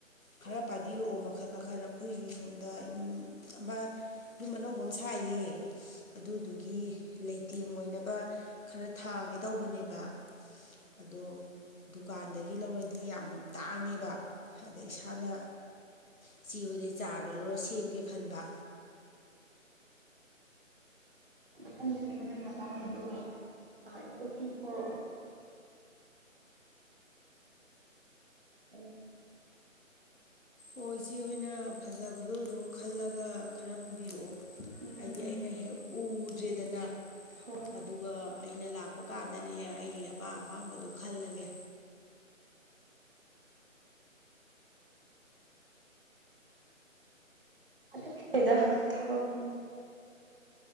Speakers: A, on the left; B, on the right.
A: ꯈꯔ ꯄꯥꯏꯕꯤꯔꯛꯑꯣ ꯃꯈꯜ ꯃꯈꯜ ꯑꯩꯈꯣꯏꯁꯨ ꯁꯣꯝꯗ ꯑꯃ ꯌꯨꯝ ꯑꯅꯧꯕ ꯑꯃ ꯁꯥꯏꯌꯦ ꯑꯗꯨꯗꯨꯒꯤ ꯂꯩꯇꯦꯡ ꯑꯣꯏꯅ ꯈꯔ ꯊꯥꯒꯦ ꯇꯧꯕꯅꯦꯕ ꯑꯗꯣ ꯗꯨꯀꯥꯟꯗꯒꯤ ꯂꯧꯔꯗꯤ ꯌꯥꯝ ꯇꯥꯡꯉꯦꯕ ꯑꯗ ꯏꯁꯥꯅ ꯏꯆꯦꯍꯣꯏꯗꯩ ꯆꯥꯔꯗꯣ ꯂꯧꯔ ꯁꯦꯝꯒꯦ ꯈꯟꯕ
B: ꯃ ꯂꯩꯦ ꯅꯃ ꯇꯝꯕꯣ ꯑ ꯏꯁꯨ ꯝ ꯎ ꯎꯝꯝ
A: ꯑꯣ ꯏꯆꯦ ꯑꯩꯈꯣꯏꯅ ꯐꯖꯕꯗꯣ ꯑꯗꯨꯝ ꯈꯜꯂꯒ ꯈꯔ ꯄꯨꯕꯤꯔꯛꯑꯣ
B: ꯎꯝ
A: ꯍꯥꯏꯗꯤ ꯑꯩꯅ ꯍꯦꯛ ꯎꯗ꯭ꯔꯦꯗꯅ
B: ꯍꯣꯏ
A: ꯑꯗꯨꯒ ꯑꯩꯅ ꯂꯥꯛꯄ ꯀꯥꯟꯗꯅꯦꯍꯦꯛ ꯑꯩ ꯑꯄꯥ ꯑꯄꯥꯝꯕꯗꯣ ꯈꯜꯂꯒꯦ
B: ꯑ ꯆꯗ ꯊꯥꯕꯝ